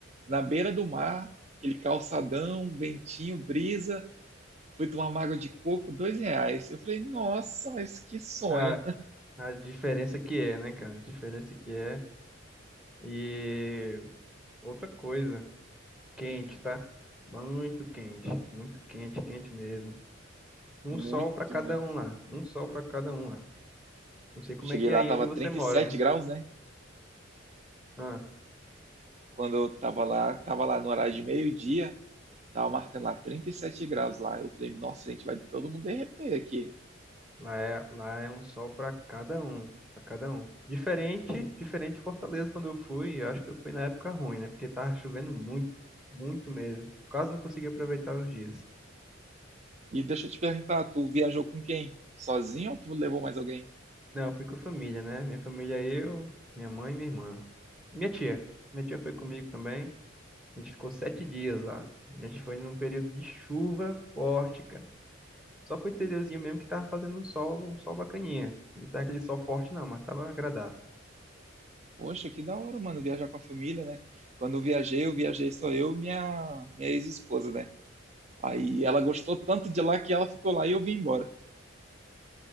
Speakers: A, on the right (about 35°); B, in the centre.
A: na beira do mar, aquele calçadão, ventinho, brisa. Fui tomar uma água de coco, dois reais. Eu falei, nossa, mas que sonho.
B: A, a diferença que é, né, cara? A diferença que é. E outra coisa, quente, tá? Muito quente. Muito quente, quente mesmo. Um
A: Muito,
B: sol pra cada
A: muito.
B: um lá. Um sol pra cada um lá. Não sei como
A: Cheguei
B: é que
A: lá,
B: é aí
A: tava
B: onde você
A: trinta
B: mora,
A: e sete
B: né?
A: graus, né?
B: Ah.
A: Quando eu tava lá, tava lá no horário de meio-dia, tava marcando lá 37 graus lá. Eu falei, nossa, gente, vai todo mundo derreter aqui.
B: Lá é, lá é um sol para cada um, para cada um. Diferente, diferente de Fortaleza quando eu fui, eu acho que eu fui na época ruim, né? Porque tava chovendo muito, muito mesmo. Quase não consegui aproveitar os dias.
A: E deixa eu te perguntar, tu viajou com quem? Sozinho ou tu levou mais alguém?
B: Não, eu fui com a família, né? Minha família, eu, minha mãe e minha irmã. Minha tia. Minha tia foi comigo também. A gente ficou sete dias lá. A gente foi num período de chuva forte, cara. Só pro interiorzinho mesmo que tava fazendo um sol, um sol bacaninha. Não tá aquele sol forte não, mas tava agradável.
A: Poxa, que da hora, mano, viajar com a família, né? Quando eu viajei, eu viajei só eu e minha, minha ex-esposa, né? Aí ela gostou tanto de lá que ela ficou lá e eu vim embora.